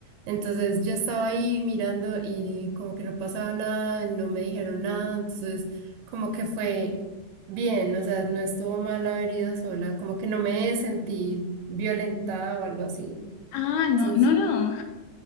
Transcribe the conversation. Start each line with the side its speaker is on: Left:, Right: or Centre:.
Right: Entonces yo estaba ahí mirando y como que no pasaba nada, no me dijeron nada, entonces como que fue bien, o sea, no estuvo mal haber ido sola, como que no me sentí violentada o algo así.
Left: Ah, no,
Right: Entonces,
Left: no, no.